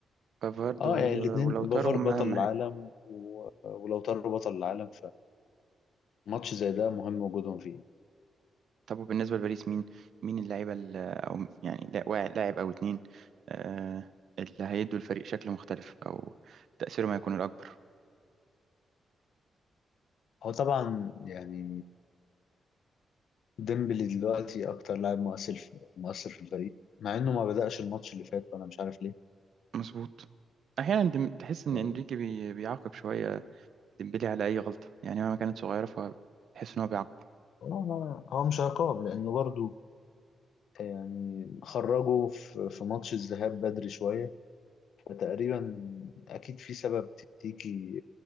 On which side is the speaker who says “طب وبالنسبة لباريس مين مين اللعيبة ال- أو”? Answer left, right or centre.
Right